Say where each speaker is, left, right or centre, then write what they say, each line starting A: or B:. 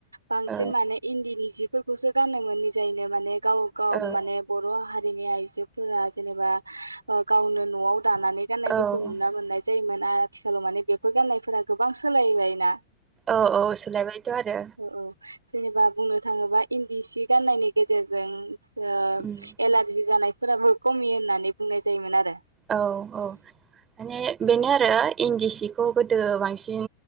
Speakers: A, on the right; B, on the right.
A: बांसिन
B: ओ
A: माने इन्दिनि जि फोरखौसो गाननो मोनि जायनो माने गाव गाव
B: ओ
A: माने बर हा आइजोफोरा जेनेबा ओ गावनो नआव दानानै गाननायफोरखौ
B: औ
A: नुना मोननाय जैमोना आथिखालाव माने बेफोर गाननायफोरा गोबांखा सोलायबायना।
B: औ औ सोलायबायथ' आरो।
A: औ जेनेबा बुंनो थाङोबा इन्दि सिक गाननायनि गेजेरजों ओ
B: उम
A: एलारजि जानाय फोराबो खमि होननानै बुंनाय जायोमोन आरो
B: औ औ माने बेनो आरो इन्दि सिख खौ गोदो बांसिन